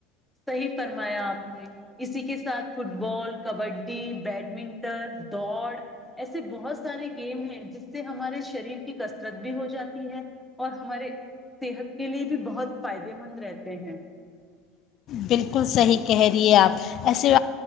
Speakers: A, in the centre; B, on the left (about 50°).
A: صحیح فرمایا آپ نے اسی کے ساتھ فٹ بال کبڈی بیڈمنٹن دوڑ ایسے بہت سارے گیم ہیں جس سے ہمارے شریر کی کثرت بھی ہو جاتی ہے اور ہمارے صحت کے لیے بھی بہت فائدے مند رہتے ہیں
B: بالکل صحیح کہہ رہیے آپ ایسے